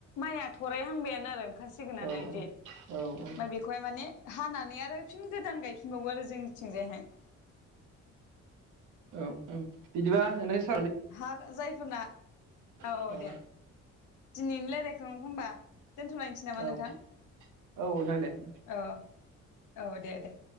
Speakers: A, on the left; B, on the right.
A: माइया थरायहांबायानो आरो ओंखारसिगोनानो
B: औ
A: इदि ओमफाय
B: औ
A: बेखौहाय माने हानानै आरो फिन गोदान गायफिनबावो आरो जोंनिथिंजायहाय
B: औ औ बिदिबा <unintelligible>
A: हा जायफोरना औ
B: थाबाय
A: औ दे दिनैनो लायरायखो होमबा दोनथ'लायनोसै नामा
B: औ
A: नोंथां
B: औ नोंथां दे
A: औ औ औ दे दे